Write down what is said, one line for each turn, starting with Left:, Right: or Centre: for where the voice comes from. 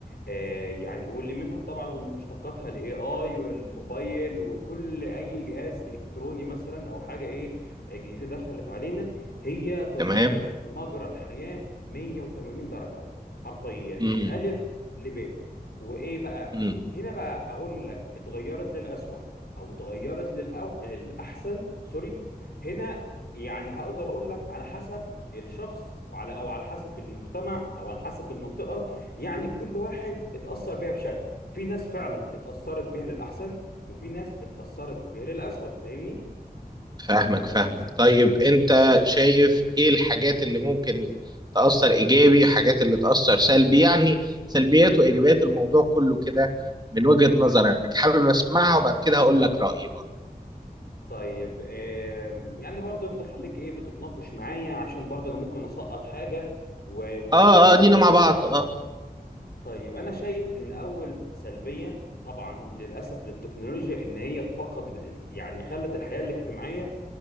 Left: آه، يعني واللي منها طبعا ومشتقاتها الاي اي والموبايل وكل اي جهاز الكتروني مثلا او حاجة ايه آه، جديدة دخلت علينا هي غيرت
Right: تمام
Left: مجرى الحياة 180 درجة حرفيا من
Right: امم
Left: الف لب وايه بقى
Right: امم
Left: هنا بقى اقول لك اتغيرت للأسوأ او اتغيرت للأو... للأحسن سوري هنا يعني هقدر اقول لك على حسب الشخص وعلى او على حسب المجتمع او على حسب المنطقه يعني كل واحد اتاثر بيها بشكل في ناس فعلا اتاثرت بيها للاحسن وفي ناس اتاثرت بيها للاسوء فاهمني
Right: فاهمك فاهمك طيب انت شايف ايه الحاجات اللي ممكن تاثر ايجابي حاجات اللي تاثر سلبي يعني سلبيات وايجابيات الموضوع كله كده من وجهه نظرك حابب اسمعها وبعد كده هقول لك رايي برضه
Left: طيب آم، يعني برضو انت خليك ايه بتتناقش معايا عشان برضو انا ممكن اسقط حاجه و- و-
Right: اه
Left: ونظبطها
Right: اه دينا
Left: سوا
Right: مع بعض
Left: يعني
Right: اه
Left: طيب انا شايف ان اول سلبيه طبعا للاسف للتكنولوجيا ان هي فقدت يعني خلت الحياه الاجتماعيه